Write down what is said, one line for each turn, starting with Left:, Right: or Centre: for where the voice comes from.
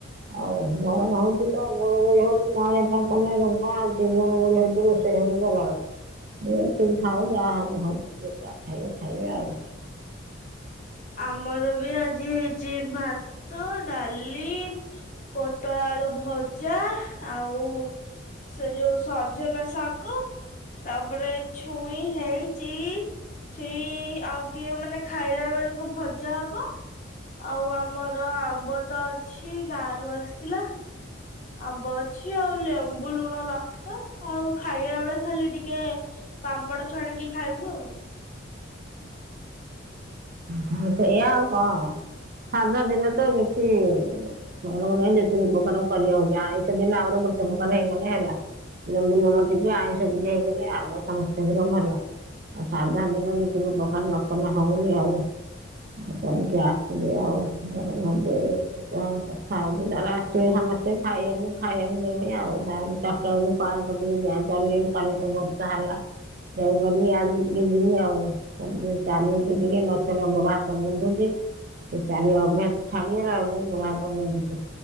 Right: ଆଉ ଗରମ ହଉଛି ତ ଗୁଳୁଗୁଳି ହଉଛି କଣ ଏପାଇଁ କଲେ <unintelligible> ଗୁଳୁଗୁଳି ହଉଛି ରୋଷେଇ ଘରକୁ ଗଲାଆଳକୁ। ଏତିକି ଥାଉ ଯାହା ହବ ହବ ଯାହା ଖାଇବେ ଖାଇବେ ଆଉ।
Left: ଆମର ବି ଆଜି ହେଇଛି ଭାତ, ଡାଲି, ପୋଟଳ ଆଳୁ ଭଜା ଆଉ ସେ ଯୋଉ ସଜନା ଶାଗ ତାପରେ ଛୁଇଁ ହେଇଛି ଛୁଇଁ ଆଉ ଟିକିଏ ମାନେ ଖାଇଲା ବେଳକୁ ଭଜା ହବ ଆଉ ଆମର ଆମ୍ବ ତ ଅଛି ଗାଁ ରୁ ଆସିଥିଲା। ଆମ୍ବ ଅଛି ଆଉ ଲେମ୍ବୁ ଲୁଣ ଲଙ୍କା ଆଉ ଖାଇଲା ବେଳେ ଖାଲି ଟିକେ ପାମ୍ପଡ଼ ଛାଣିକି ଖାଇବୁ ଆଉ।
Right: ହଁ ସେଇଆା ଆଉ କଣ ସାଧା ଦିନ ତ କିଛି-ଇ-ଇ <unintelligible> ନାହିଁ ଦି ତିନି ପ୍ରକାର କରିବା ହଉଛି। ଆଇଁଷ ଦିନ ଆମର ଗୋଟେ ପ୍ରକାର ହେଇଗଲେ ହେଲା। ଲୁଣ ଟିକେ ଆଇଁଷ ଟିକେ ହେଇଗଲେ ଆମ ସମସ୍ତଙ୍କର ଭଲ ଆଉ ସାଧା ଦିନ ଦୁଇ ତିନି ପ୍ରକାର ନ କଲେ ହଉନି ଆଉ କରିକି ଆସିବେ ଆଉ ଘରଜ କଥା ହଉଛି ତାର ଆସିବେ ସମସ୍ତେ ଖାଇବାକୁ ଖାଇବାକୁ ଦେମି ଆଉ। ତାପରେ ଚାରଟା ବେକୁ ପାର୍କ ଟିକେ ଯାଇପାରୁନି ଚାଲିଆକୁ କାଲି ତ ବର୍ଷା ହେଲା ଯାଇପାରୁନି ଆଜି ଟିକେ ଯିମି ଆଉ ଚାଲି ସେ ଟିକେ ନ ଚାଲିଲେ ଗୋଡା ହାତ ବିନ୍ଧୁଛି ଚାଲିବା ଅଭ୍ୟାସ ଛାଡିଗଲା ଆଳକୁ ଗୋଡା ହାତ ବିନ୍ଧୁଛି।